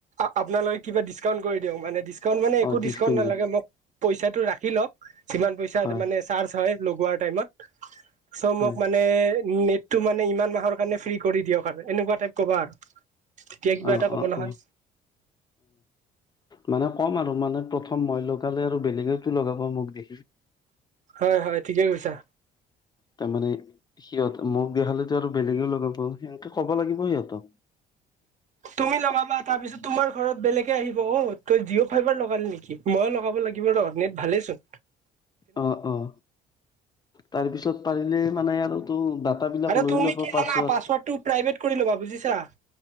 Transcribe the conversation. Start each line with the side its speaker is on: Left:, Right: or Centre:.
Right: আ আপোনালৈ কিবা ডিছকাউণ্ট কৰি দিয়ক মানে ডিছকাউণ্ট মানে
Left: অ
Right: একো
Left: ডিচকাউণ্ট
Right: ডিছকাউণ্ট নালাগে
Left: দিম
Right: মোক পইচাটো ৰাখি লওক যিমান পইচা
Left: হয়
Right: মানে চাৰ্জ হয় লগোৱাৰ টাইমত চ'
Left: হয়
Right: মোক মানে নেটটো মানে ইমান মাহৰ কাৰণে ফ্ৰী কৰি দিয়ক আৰু এনেকুৱা টাইপ কবা আৰু। তেতিয়া কিবা
Left: অঁ
Right: এটা ক'ব
Left: অঁ
Right: নহয়
Left: অঁ'। মানে ক'ম আৰু মানে প্ৰথম মই লগালে আৰু বেলেগেও টো লগাব মোক দেখি।
Right: হয় হয়, ঠিকে কৈছা।
Left: তাৰমানে সিহঁত মোক দেখালেতো আৰু বেলেগেও লগাব সেনেকে ক'ব লাগিব সিহঁতক।
Right: তুমি লগাবা তাৰ পিছত তোমাৰ ঘৰত বেলেগে আহিব তই জিঅ' ফাইভাৰ লগালি নেকি ময়ো লগ- লগাব লাগিব ৰ নেত ভালেই চোন।
Left: অঁ অঁ তাৰপিছত পাৰিলে মানে আৰু- টো ডাটা বিলাক
Right: আৰু
Left: লৈ
Right: তুমি
Left: ল'ব
Right: কি জানা
Left: পাছত।
Right: পাছৱৰ্ডটো প্ৰাইভেট কৰি ল'বা বুজিছা।